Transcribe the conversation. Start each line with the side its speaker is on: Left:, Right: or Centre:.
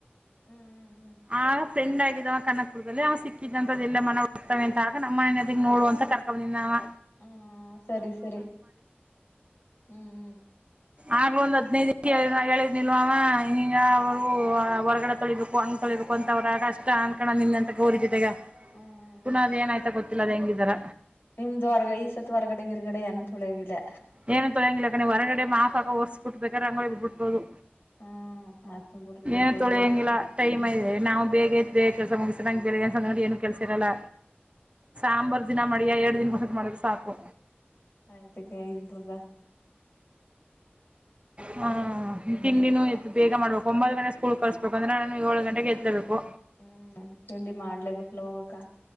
Left: ಹ್ಮ್ ಹ್ಮ್ ಹ್ಮ್
Right: ಆ ಫ್ರೆಂಡ್ ಆಗಿದವ ಕಕಪುರದಲ್ಲಿಲ್ಲಿ ಅವ ಸಿಕ್ಕಿದಂತದ್ದದೆಲ್ಲ ಮನ ಹುತವ ಅಂತ ಆ ನಮ್ಮ ಮನೆ ನೋಡುವಂತ ಕರ್ಕೊಂಡ ಬಂದಿದನವ
Left: ಹ್ಮ ಸರಿ ಸರಿ ಹ್ಮ್
Right: ಆಗ್ ಒಂದ ಹದಿನೈದು ದ ಹೇಳಿದ್ ನಿಲ್ವ ಅಂವಾ ಹಿಂಗೀಗ ಅವರು ಹೊರ್ಗಡೆ ತೊಳಿಬೇಕು ಹಂಗ್ ತೊಳಿಬೇಕು ಅಂತ ಅವ್ರ ಅಷ್ಟ ಅನ್ಕಣ ನಿಂದ ಅಂತ ಗೋ್ರ ಜತೆ ಈಗ
Left: ಹ್ಮ್ ಹ್ಮ್
Right: ಪುನಃಾದ್ ಏನಾಯ್ತಾ ಗೊತ್ತ ಎಲ್ಲರೂ ಹೆಂಗಿದಾರ
Left: ನಿಮ್ದು ಹೊರ್ಗಡೆ ಈ ಸತ್ತು ಹೊರ್ಗಡೆಿರ್ಗಡೆ ಏನೊಳಿೋಗಿದೆ
Right: ಏನು ತೊಳಂಗಿಲ್ಲಾಕ ಹೊರಗಡೆ ಮಾಪಾಕ ಹೊರ್ಸಸ್ ಕೊಟ್ಬೇಕಾದ್ರ ರಂಗೋಳ ಬಿಡ್ಬ ಬಿಡ್ಬೋದು
Left: ಹ್ಮ್ ಆತ್ಮ ಬಿಡ್ರಿ ಬಿಡ್ಬೋದು
Right: ಏನ್ ತೊಳಿಂಗಿಲ್ಲ
Left: ಬಿಡ್ಬೋದ್ಲ
Right: ಟೈಮ್ಐದೆ ನಾವು ಬೇಗ ಬೇಗ ಕೆಲಸ ಮುಗಿಸಿ ನ ಏನು ಕೆಲ ರಲ್ಲ ಸಾಂಬಾರ್ ದಿನ ಮಾಡ ಎರಡು ದಿನಕ್ಕಸತ್ ಮಾಡಿದ್ರೆ ಸಾಕು
Left: ಆಯ್ತಕ್ಕೆ ಇಬರ್ಗ
Right: ಹಾ ಹ್ಮ ತಿಂಡಿನ ಎತ್ ಬೇಗ ಮಾಡಬೇಕ ಒಂಬತ್ತು ಗಟೆ ಸ್ಕಲ್ ಕಳಸ್ಬೇಕುಂದ್ರೆ ನು ಏಳು ಗಂಟೆದಳ್ಬೇಕು
Left: ಹ್ಮ್ ತಿಂಡಿ ಮಾಡ್ಲೇಬೇಕಲ್ಲ ಹೋಗಕ್ಕ